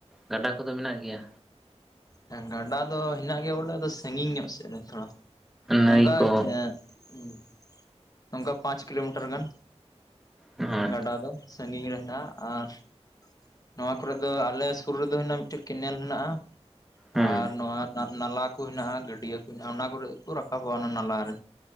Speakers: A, in the centre; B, on the left (about 35°).
A: ᱜᱟᱰᱟ ᱠᱚ ᱫᱚ ᱢᱮᱱᱟᱜ ᱜᱮᱭᱟ?
B: ᱦᱮ ᱜᱟᱰᱟ ᱫᱚ ᱦᱮᱱᱟᱜ ᱜᱮᱭᱟ ᱵᱚᱞᱮ ᱟᱫᱚ ᱥᱟᱜᱤᱧ ᱧᱚᱜ ᱥᱮᱫ ᱨᱮ ᱛᱷᱚᱲᱟ
A: ᱱᱟᱹᱭ
B: ᱱᱚᱝᱠᱟ
A: ᱠᱚ
B: ᱪᱮ ᱩᱸ ᱱᱚᱝᱠᱟ ᱯᱟᱪ ᱠᱤᱞᱳ ᱢᱤᱴᱟᱨ ᱜᱟᱱ
A: ᱟᱪᱪᱷᱟ
B: ᱜᱟᱰᱟ ᱫᱚ᱾ ᱥᱟᱜᱤᱧ ᱨᱮ ᱦᱮᱱᱟᱜᱼᱟ ᱟᱨ ᱱᱚᱣᱟ ᱠᱚ ᱨᱮ ᱫᱚ ᱟᱞᱮ ᱥᱩᱨ ᱨᱮᱫ ᱚ ᱦᱮᱱᱟᱜᱼᱟ ᱢᱤᱫᱴᱮᱱ ᱠᱮᱱᱮᱞ ᱦᱮᱱᱟᱜᱼᱟ,
A: ᱦᱩᱸ
B: ᱟᱨ ᱱᱚᱣᱟ ᱱᱟᱼᱱᱟᱞᱟ ᱠᱚ ᱦᱮᱱᱟᱜᱼᱟ ᱜᱟᱹᱰᱭᱟᱹ ᱠᱚ ᱦᱮᱱᱟᱜᱼᱟ ᱚᱱᱟ ᱠᱚᱨᱮ ᱠᱩ ᱨᱟᱠᱟᱵᱚᱜᱼᱟ ᱚᱱᱟ ᱱᱟᱞᱟ ᱨᱮ᱾